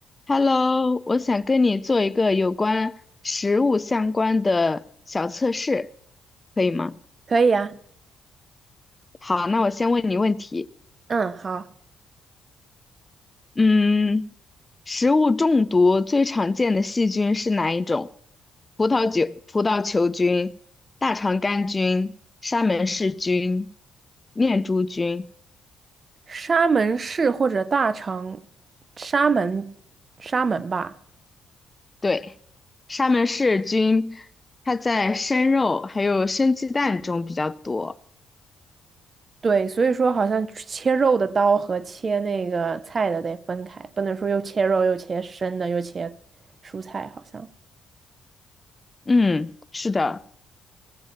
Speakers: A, on the left; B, on the right.
A: Hello，我想跟你做一个有关食物相关的小测试，可以吗？
B: 可以啊，
A: 好，那我先问你问题。
B: 嗯，好，
A: 嗯，食物中毒最常见的细菌是哪一种？葡萄酒、葡萄球菌、大肠杆菌、沙门氏菌、念珠菌。
B: 沙门市或者大城，沙门，沙门吧。
A: 对，沙门氏菌它在生肉还有生鸡蛋中比较多。
B: 对，所以说好像切肉的刀和切那个菜的得分开，不能说又切肉又切生的又切蔬菜，好像。
A: 嗯，是的。